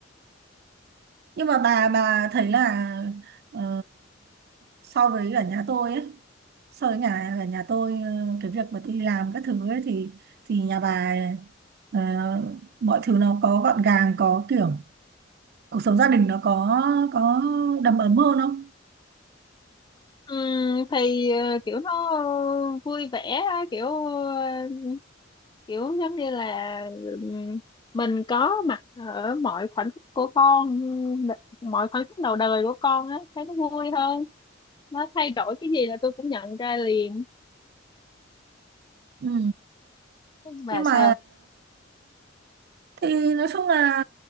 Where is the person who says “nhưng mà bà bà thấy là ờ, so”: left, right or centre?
Right